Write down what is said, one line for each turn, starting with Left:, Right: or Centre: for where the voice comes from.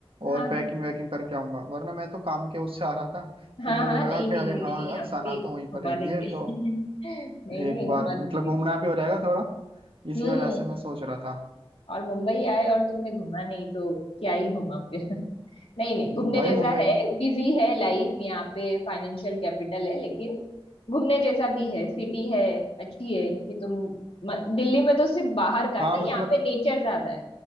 Left: हाँ
Right: और पैकिंग
Left: हाँ
Right: वैकिंग करके आऊंगा वरना मैं तो काम के उससे आ रहा था फिर
Left: हाँ
Right: मुझे
Left: हाँ
Right: लगा
Left: नहीं
Right: कि
Left: नहीं
Right: अरे हाँ
Left: नहीं
Right: यार
Left: हम
Right: सना
Left: भी
Right: तो वहीं पर
Left: घुमा
Right: रहती
Left: देंगे
Right: है तो
Left: <laughs> नहीं
Right: एक
Left: नहीं
Right: बार
Left: घुमा दूंगी
Right: मतलब घूमना
Left: मैं
Right: भी हो जाएगा थोड़ा इसी
Left: हम्म
Right: वजह से मैं सोच रहा था
Left: और मुंबई आए और तुमने घुमा नहीं तो क्या ही घुमा फिर नहीं नहीं घूमने
Right: भाई
Left: जैसा
Right: मुंबई
Left: है बिजी है लाइफ यहाँ पे फाइनेंशियल कैपिटल है लेकिन घूमने जैसा भी है सिटी है अच्छी है कि तुम म- दिल्ली में तो सिर्फ बाहर का
Right: हाँ
Left: है ना
Right: मतलब
Left: यहाँ पे नेचर ज्यादा है